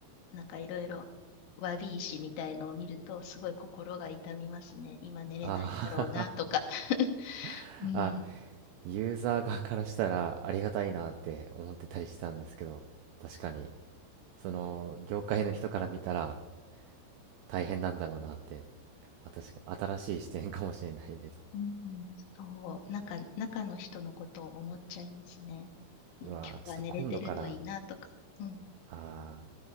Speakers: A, on the left (about 80°); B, on the right (about 80°).
A: なんかいろいろわび石みたいのを見ると、すごい心が痛みますね。今寝れないんだろうなとか。
B: あー
A: <laughs>
B: <laughs>
A: うん。
B: あユーザー側からしたらありがたいなって思ってたりしたんですけど確かにその業界の人から見たら大変なんだろうなってあ確かに新しい視点かもしれないです
A: うん、そう、なんか中の人のことを思っちゃいますね。
B: <laughs>
A: ん今日は寝れてるといいなとか。
B: うわーちょっと今度から
A: うん。
B: あ